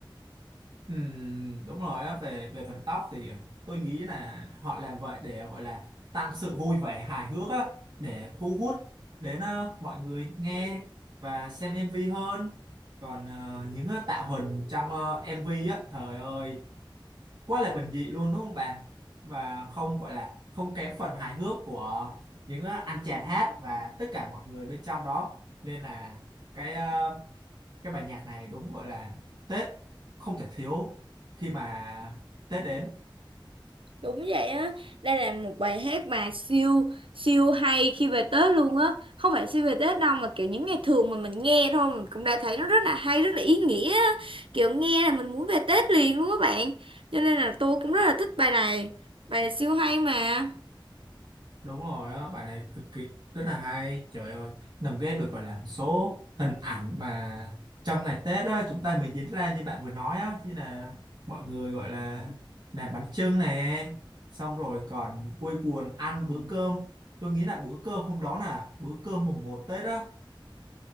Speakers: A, on the right (about 60°); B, on the right (about 85°).
A: Ừm, đúng rồi á về về phần tóc thì ờ, tôi nghĩ là họ làm vậy để gọi là tăng sự vui vẻ hài hước á để thu hút đến ờ, mọi người nghe và xem MV hơn còn ờ, những ờ, tạo hình trong ờ, MV á trời ơi quá là bình dị luôn đúng không bạn và không gọi là không kém phần hài hước của những ờ, anh chàng hát và tất cả mọi người bên trong đó nên là cái ờ, cái bài nhạc này đúng gọi là Tết không thể thiếu khi mà Tết đến
B: Đúng vậy á, đây là một bài hát mà siêu siêu hay khi về Tết luôn á. Không phải siêu về Tết đâu mà kiểu những ngày thường mà mình nghe thôi mình cũng đã thấy nó rất là hay, rất là ý nghĩa á. Kiểu nghe là mình muốn về Tết liền luôn các bạn. Cho nên là tôi cũng rất là thích bài này. Bài này siêu hay mà.
A: Đúng rồi á, bài này cực kỳ rất là hay. Trời ơi, nằm game được gọi là một số hình ảnh mà trong ngày Tết á, chúng ta mới diễn ra như bạn vừa nói á, như là mọi người gọi là làm bánh chưng nè, xong rồi còn vui buồn ăn bữa cơm. Tôi nghĩ là bữa cơm hôm đó là bữa cơm mùng một Tết á,